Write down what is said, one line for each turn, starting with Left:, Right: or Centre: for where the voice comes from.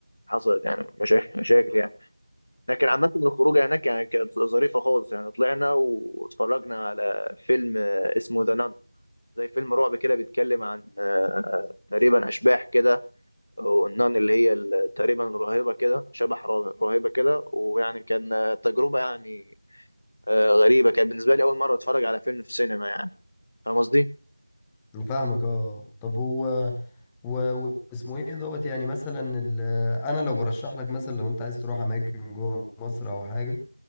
Left: وحصلت يعني مشا- مشاكل يعني لكن عامة الخروجة هناك يعني كانت ظريفة خالص يعني طلعنا واتفرجنا على فيلم آه، اسمه ذا نان زي فيلم رعب كده بيتكلم عن آه، تقريبا أشباح كده والنان اللي هي ال- تقريبا راهبة كده شبح را- راهبة كده ويعني كان آه، تجربة يعني آه، غريبة كانت بالنسبة لي أول مرة أتفرج على فيلم في سينما يعني فاهم قصدي؟
Centre: أنا فاهمك اه طب هو و- و- واسمه ايه دوت يعني مثلا ال- انا لو برشح لك مثلا لو انت عايز تروح اماكن جوه مصر او حاجة